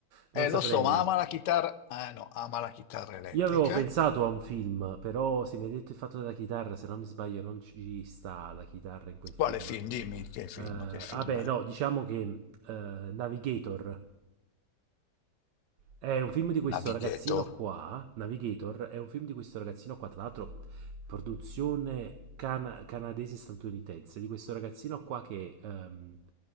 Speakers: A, on the right; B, on the left.
A: Non
B: Eh,
A: saprei.
B: lo so, ma ama la chitarra... Ah, no, ama la chitarra elettrica.
A: Io avevo pensato a un film, però se mi hai detto il fatto della chitarra, se non mi sbaglio, non ci sta la chitarra in quel film.
B: Quale film?
A: Eh,
B: Dimmi, che film,
A: vabbè,
B: che film?
A: no, diciamo che eh, Navigator È un film di questo
B: Navigator.
A: ragazzino qua, Navigator, è un film di questo ragazzino qua, tra l'altro produzione cana- canadese-statunitense, di questo ragazzino qua che ehm,